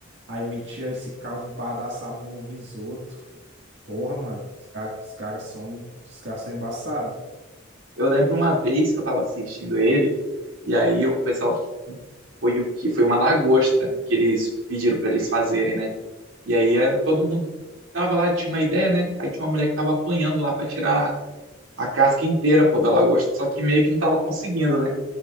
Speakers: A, on the right; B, on the right.
A: Aí metia esse caldo pra dar sabor no risoto. Porra, mano, os caras, os caras são, os caras são embaçados.
B: Eu lembro uma vez que eu estava assistindo ele, e aí o pessoal foi o que foi uma lagosta que eles pediram para eles fazerem, né? E aí eh, todo mundo tava lá, tinha uma ideia, né? Aí tinha uma mulher que tava apanhando lá para tirar a casca inteira, pô, da lagosta, só que meio que não tava conseguindo, né?